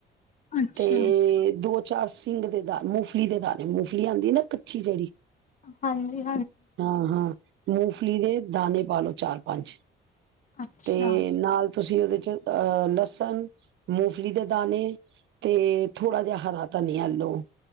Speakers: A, on the left; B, on the right.
A: ਅੱਛਾ
B: ਤੇ ਦੋ- ਚਾਰ ਸਿੰਘ ਦੇ ਦਾਨੇ ਮੂੰਗਫਲੀ ਦੇ ਦਾਨੇ ਨੇ ਮੂੰਗਲੀ ਆਉਂਦੀ ਨਾ ਕੱਚੀ ਜਿਹੜੀ-
A: ਹਾਂਜੀ-
B: ਹਾਂ ਹਾਂ ਮੂੰਗਫਲੀ ਦੇ ਦਾਣੇ- ਪਾ ਲੋ ਚਾਰ- ਪੰਜ
A: ਅੱਛਾ-ਅੱਛਾ
B: ਤੇ ਨਾਲ- ਤੁਸੀਂ ਉਹਦੇ ਚ ਅਹ ਲਸਣ, ਮੂੰਗਫਲੀ ਦੇ ਦਾਣੇ ਤੇ ਥੋੜ੍ਹਾ ਜਿਹਾ ਹਰਾ ਧਨੀਆ ਲਓ